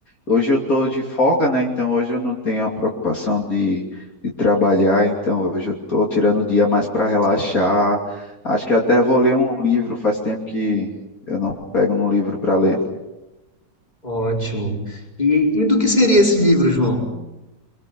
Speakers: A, on the left (about 50°); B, on the left (about 20°).
A: Hoje eu tô de folga, né? Então hoje eu não tenho a preocupação de, de trabalhar. Então hoje eu tô tirando o dia mais para relaxar. Acho que até vou ler um livro. Faz tempo que eu não pego num livro para ler.
B: Ótimo. E, e do que seria esse livro, João?